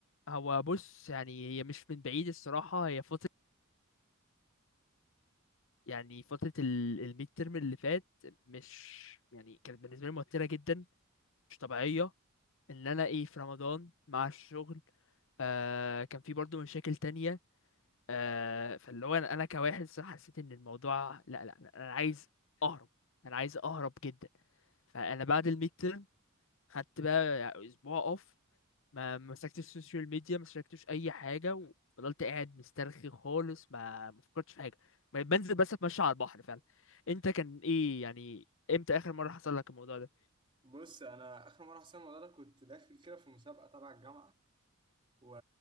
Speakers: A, on the left; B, on the right.
A: هو بص يعني هي مش من بعيد الصراحه هي فتره يعني فتره ال- الميد ترم اللي فات مش يعني كانت بالنسبه لي موتره جدا مش طبيعيه ان انا ايه في رمضان مع الشغل آه كان في برضو مشاكل تانية آه فاللي هو انا أنا كواحد صراحة حسيت ان الموضوع لا لا لا، انا عايز اهرب انا عايز اهرب جدا فانا بعد الميد تيرم خدت بقى اسبوع اوف ما مسكتش السوشيال ميديا ما مسكتش اي حاجة وفضلت قاعد مسترخي خالص ما ما فكرتش في حاجة بنزل بس اتمشى على البحر فعلا انت كان ايه يعني امتى اخر مرة حصل لك الموضوع ده
B: بص انا اخر مرة حسيت الموضوع ده كنت داخل كده في مسابقة تبع الجامعة و